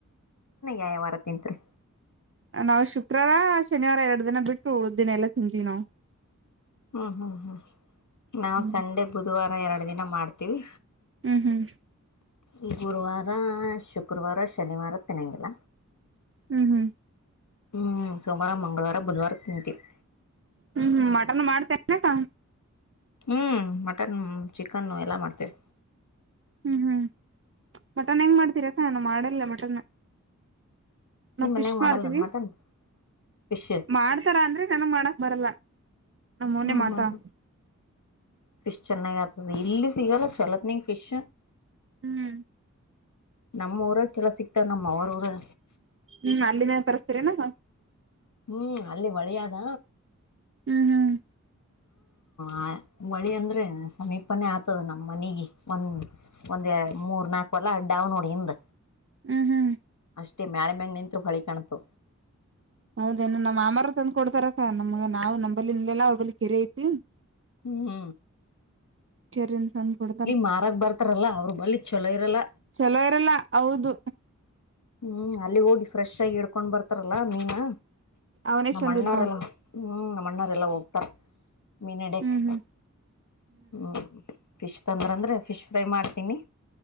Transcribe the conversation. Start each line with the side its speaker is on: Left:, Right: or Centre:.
Left: ಯಾಯಾವಾರ ತಿಂತ್ರಿ
Right: ನಾವು ಶುಕ್ರರ ಶನಿವಾರ ಎರಡು ದಿನ ಬಿಟ್ಟು ಉಳ್ದಿನ ಎಲ್ಲಾ ತಿಂತೀವಿ ನಾವು
Left: ಹ್ಮ್ ಹ್ಮ್ ಹ್ಮ್ ನಾವು
Right: ಹ್ಮ್
Left: ಸಂಡೆ ಬುಧವಾರ ಎರಡು ದಿನ ಮಾಡ್ತೀವಿ
Right: ಹ್ಮ್ ಹ್ಮ್
Left: ಈ ಗುರುವಾರ ಶುಕ್ರವಾರ ಶನಿವಾರ ತಿನ್ನಂಗಿಲ್ಲ
Right: ಹ್ಮ್ ಹ್ಮ್
Left: ಹ್ಮ್ ಸೋಮವಾರ ಮಂಗಳವಾರ ಬುಧವಾರ ತಿಂತೀವಿ
Right: ಹ್ಮ್ ಹ್ಮ ಮಟನ್ ಮಾಡ್ತೇನೆಕ
Left: ಹ್ಮ್ ಮಟನ್ ಚಿಕನ್ನು ಎಲ್ಲಾ ಮಾಡ್ತೇವೆ
Right: ಹ್ಮ್ ಹ್ಮ್ ಮಟನ್ ಹೆಂಗ್ ಮಾಡ್ತೀರಕ್ಕ ನಾವ್ ಮಾಡಿಲ್ಲ ಮಟನ್ ನಾ
Left: ನಿಮ್
Right: ಫಿಶ್
Left: ಮನ್ಯಾಗ ಮಾಡಲ್ಲನ್
Right: ಮಾಡ್ತೀವಿ
Left: ಮಟನ್ ಫಿಶ್
Right: ಮಾಡ್ತಾರ ಅಂದ್ರೆ ಚೆನಗ ಮಾಡಕ್ ಬರಲ್ಲ ನಮ್ ಮೌನೆ
Left: ಹ್ಮ್
Right: ಮಾಡ್ತಾವ
Left: ಹ್ಮ್ ಹ್ಮ್ ಫಿಶ್ ಚೆನ್ನೈಗತ ಇಲ್ಲಿ ಸಿಗಲ್ಲ ಚಲತ್ನ ಫಿಶ್
Right: ಹ್ಮ್
Left: ನಮ್ಮ ಊರಾಗ ಚಲೋ ಸಿಕ್ತಾರ ನಮ್ಮಮಾವ ಊರಗ
Right: ಹ್ಮ್ ಅಲ್ಲಿನ ತರಿಸಸ್ತೀರನ
Left: ಹ್ಮ್ ಅಲ್ಲಿ ಒಳಿಯದ
Right: ಹ್ಮ್ ಹ್ಮ್ <inaudible>
Left: ಆ ಹೊಳಿ ಅಂದ್ರೆ ಸಮೀಪನೇ ಆತದ ನಮ್ಮ ಮನೆಗೆ ಒಂದ್ ಒಂದ ಮೂರ್ ನಾಕ ಕೊಲ ಅಡ್ಡ ಅವನೋಡಿಿಂದ
Right: ಹ್ಮ್ ಹ್ಮ್
Left: ಅಷ್ಟೇ ಮ್ಯಾಳೆ ಮ್ಯಂಗ ನಿತ್ರು ಹೊಳಿ ಕಾಣ್ತು
Right: ಹೌದೇನ ನಮ್ಮ್ಮಾರ ತಂದ್ ಕೊಡ್ತಾರಕ್ಕ ನಮ್ಗ ನಾವವು ನಮ್ಮಂಬಲ್ಲಿ ನಿಲ್ಲಲ್ಲ ಅವ್ರ ಬಳ ಕೆಿರೆ ಐತಿ
Left: ಹ್ಮ್
Right: ಕೆರಿಂದ ತಂದ್ ಕೊಡ್ತಾರ
Left: ಇಲ್ಲಿ ಮಾರಕ್ ಬರ್ತಾರಲ್ಲಾ ಅವ್ರ ಬಳಿ ಚಲೋ ಇರಲ್ಲ
Right: ಚಲೋ ಇರಲ್ಲ ಹೌದು
Left: ಹ್ಮ್ ಅಲ್ಲಿ ಹೋಗಿ ಫ್ರೆಶ್ ಆಗಿ ಇಡ್ಕೊಂಡ್ ಬರ್ತಾರಲ್ಲಾ ಮೀನಾ.
Right: ಅವನೇ
Left: ನಮ್ಮ
Right: ಚಂದ
Left: ಅಣ್ಣರೆಲ್ಲ
Right: ಇರ್ತಾವ
Left: ಹ್ಮ್ ನಮ್ಮ ಅಣ್ಣರೆಲ್ಲಾ ಹೋಗ್ತಾರ. ಮೀನ್ ಇಡ್ಯಕ್.
Right: ಹ್ಮ್ ಹ್ಮ್
Left: ಹ್ಮ್ ಫಿಶ್ ತೊಂದ್ರ ಅಂದ್ರೆ ಫಿಶ್ ಫ್ರೈ ಮಾಡ್ತೀನಿ